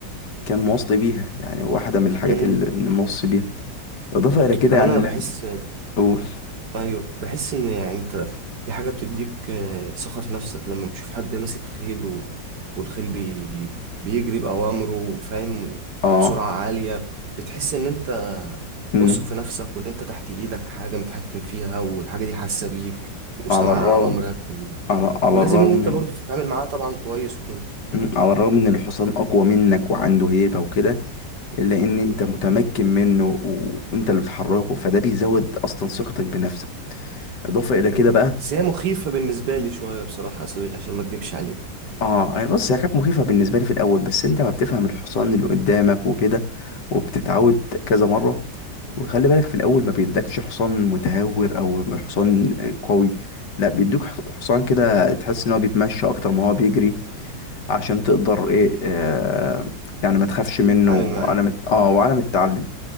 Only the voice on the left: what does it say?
كان موصي بيها يعني واحدة من الحاجات
اللي اللي موصي بيها إضافة إلى كده
يعني
لا-
قول
اه
امم
على الرغم
على, على
الرغم
من
مم، على الرغم ان الحصان اقوى منك وعنده هيبة وكده لان
انت متمكن منه وانت اللي بتحركه فده بيزود اصلا ثقتك بنفسك اضافه الى
كده بقى
اه هي بص هي كانت مخيفه بالنسبه لي في الاول بس انت ما بتفهم الحصان اللي قدامك وكده وبتتعود كذا مره وخلي بالك في الاول ما بيدكش حصان متهور او حصان قوي لا بيدوك حص- حصان كده تحس ان هو بيتمشى اكتر ما هو بيجري عشان تقدر ايه آه يعني ما تخافش منه
وعلى
ما اه وعلى ما تتعلم